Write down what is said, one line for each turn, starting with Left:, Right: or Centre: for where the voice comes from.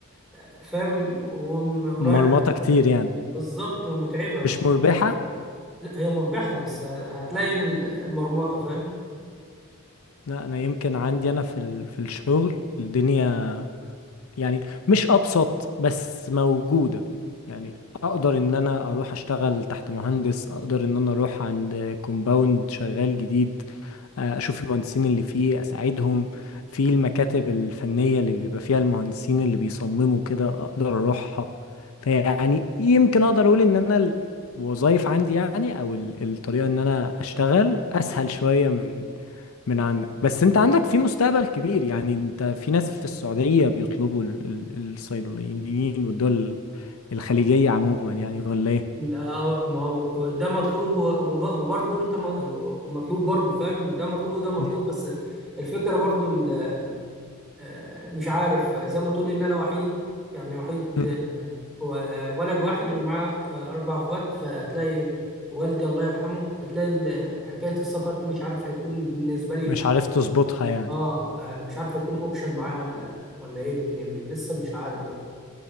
Centre: آه، فاهم وم- ورايح
Left: مرمطة كتير يعني
Centre: بالظبط ومتعبه مت-
Left: مش مربحة
Centre: لا هي مربحه بس هتلاقي
Left: مم.
Centre: المرمطه فاهم
Left: لا أنا يمكن عندي أنا في ال... في الشغل الدنيا يعني مش أبسط بس موجودة يعني أقدر إن أنا أروح أشتغل تحت مهندس أقدر إن أنا أروح عند كومباوند شغال جديد آه، اشوف المهندسين اللي فيه اساعدهم في المكاتب الفنية اللي بيبقى فيها المهندسين اللي بيصمموا كده اقدر اروحها فيعني يمكن اقدر اقول ان انا الوظائف عندي يعني او ال- الطريقة ان انا اشتغل اسهل شوية من من عندك بس انت عندك في مستقبل كبير يعني انت في ناس في السعودية بيطلبوا ال- ال- الصيدليين والدول الخليجية
Centre: اه
Left: عموما يعني ولا ايه
Centre: لا ما هو ده مطلوب و- وب- وبرضه انت م- مطلوب برضه فاهم ده مطلوب وده مطلوب
Left: مم.
Centre: بس الفكرة برضه ال- آه، مش عارف زي ما تقول ان انا وحيد يعني وحيد
Left: مم.
Centre: آه، ولد واحد ومعاه آه، اربع اخوات فتلاقي والدي الله يرحمه فتلاقي ال- حكاية السفر دي مش عارف هيكون بالنسبة لي
Left: مش عارف تظبطها يعني
Centre: اه آه، مش عارف هيكون اوبشن معايا ولا ولا ايه الدنيا لسه مش عارف بقى